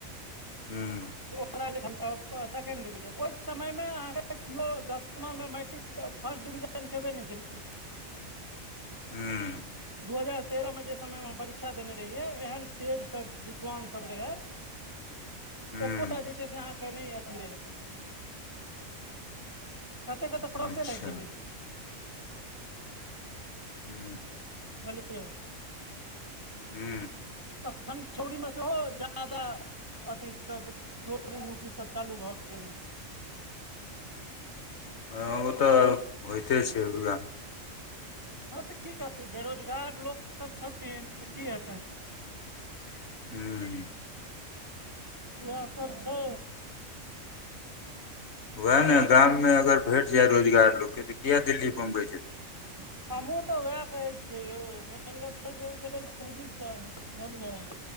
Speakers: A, on the left; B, on the right.
A: हूँ
B: ओकरा लेल सेकंड डिविजन, ओहि समयमे अहाँके केओ दसमा मैट्रिक फर्स्ट डिविजन खेबै ने, किनकु?
A: हूँ
B: दू हजार तेरहमे जे समयमे परीक्षा देने रहियै, एहन स्टेज सभ विद्वान सभ रहै।
A: हूँ
B: एकोटा जे छै से अहाँके नहि अथी रहै। कते कते प्रोसेस
A: अच्छा
B: लागि गेलै।
A: हू
B: जुझलियै।
A: हू
B: अखड चौरी मे सेहो हो जादा अथी सब चोरी मुकी सब चालू भए गेलै ह
A: ह ओ तऽ होइते छैभ
B: हँ तऽ की करतै बेरोजगार लोक सब छथिन तऽ की हेतै
A: <inaudible> हू
B: इएह सब छै
A: वएह ने गाममे अगर भेट जाय रोजगार लोकके तऽ किया दिल्ली बम्बई जेतै
B: <inaudible> हमहुँ तऽ वएह कहै छियै यौ मेन गप छै जे ओहिके लेल पूँजी चाही जनलियै